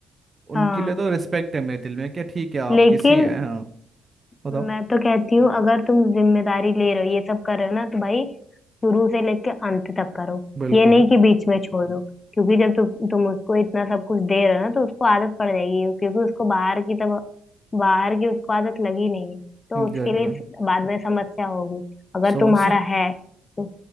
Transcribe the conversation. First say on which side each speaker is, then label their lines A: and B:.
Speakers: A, on the right (about 25°); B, on the left (about 30°).
A: उनके
B: हाँ
A: लिए तो रिस्पेक्ट है मेरे दिल में क्या ठीक है आप
B: लेकिन
A: किसी हैं हाँ बताओ
B: मैं तो कहती हूँ अगर तुम जिम्मेदारी ले रहे हो ये सब कर रहे हो ना तो भाई शुरू से लेके अंत तक करो
A: बिल्कुल
B: ये नहीं कि बीच में छोड़ दो क्योंकि जब तु, तुम उसको इतना सब कुछ दे रहे हो ना तो उसको आदत पड़ जाएगी क्योंकि उसको बाहर की तब बाहर की उसको आदत लगी नहीं है तो
A: एग्जैक्टली
B: उसके लिए बाद में समस्या होगी अगर
A: समस्या
B: तुम्हारा है तो